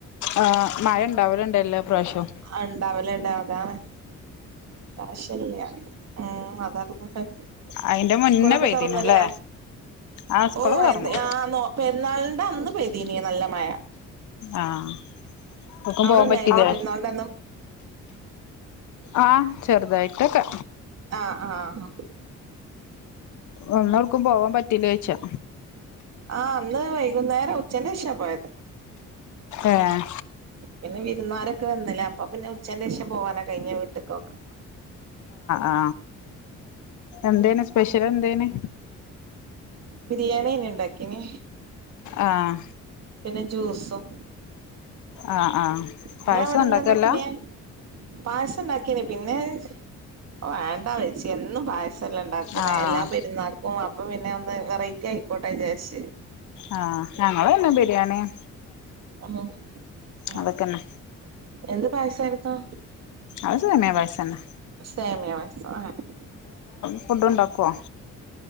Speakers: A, on the left; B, on the right.
A: ആ മഴ ഇണ്ടാവലുണ്ടല്ലോ എല്ലാ പ്രാവശ്യവും
B: ഇണ്ടാവലിണ്ടാ താണ് ആവശ്യം ഇല്ല മ് അതാകുന്ന ടൈം
A: അയിന്റെ മുന്നേ
B: സ്കൂളൊക്കെ
A: പെയ്തിനുല്ലേ
B: തൊറന്നല്ലേ
A: ആഹ് സ്കൂള്
B: ഓ
A: തൊറന്നു
B: എന്തേ ആ നൊ പെരുന്നാൾ അത് അന്ന് പെയ്തീന് നല്ല മഴ
A: ആഹ് എവ്ട്ക്കും
B: അവിടന്നായിരുന്നോ
A: പോവാൻ പറ്റില്ലേ
B: പെരുന്നാളിനന്നും
A: ആഹ് ചെറുതായിട്ടൊക്കെ
B: ആഹ് ആഹ്
A: ഒന്ന് എവിടുക്കും പോവാൻ പറ്റിലേച്ചാ
B: ആ അന്ന് വൈകുന്നേരം ഉച്ചേൻ്റെ ശേഷാ പോയത്
A: ആ
B: പിന്നെ വിരുന്നാരൊക്കെ വന്നല്ലേ അപ്പൊ പിന്നെ ഉച്ചേൻ്റെ ശേഷം പോവാനാ കഴിഞ്ഞെ വീട്ടിക്കൊക്കെ
A: ആ എന്തേന് സ്പെഷ്യല് എന്തേന്
B: ബിരിയാണിയന്നെ ഇണ്ടാക്കിന്
A: ആഹ്
B: പിന്നെ ജ്യൂസും
A: ആഹ് ആഹ്
B: ഇങ്ങളവടെ
A: പായസം ഉണ്ടാക്കല്ല
B: എന്താണ്ടാക്കീന് പായസണ്ടാക്കീന് പിന്നെ ഒ വേണ്ടാ വെച്ച് എന്നും പായ സല്ലണ്ടാക്കണേ
A: ആഹ്
B: എല്ലാ പെരുന്നാക്കും അപ്പൊ പിന്നെ ഒന്ന് വെറൈ ഞായിക്കോട്ടെ വിചാരിച്ച്
A: ആ ഞങ്ങള് പിന്നെ ബിരിയാണീം
B: ആ
A: അതൊക്കെന്നെ
B: എന്ത് പായസായിരുന്നു
A: അതുതന്നെ പായസന്നെ
B: സേമിയ <unintelligible>
A: ഫുഡുണ്ടാക്കോ